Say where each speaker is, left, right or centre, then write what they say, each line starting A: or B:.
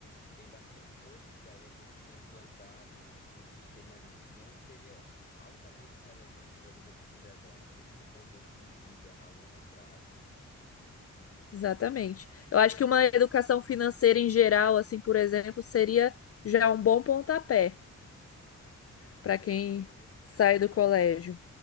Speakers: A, on the left; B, on the left.
A: Tem bastante coisa que daria para a gente implantar no, no sistema de ensino que seria altamente relevante para a vida do cidadão, né? Num contexto de vida a longo prazo.
B: exatamente. Eu acho que uma educação financeira em geral, assim, por exemplo, seria já um bom pontapé
A: Muito,
B: para quem
A: muito.
B: sai do colégio.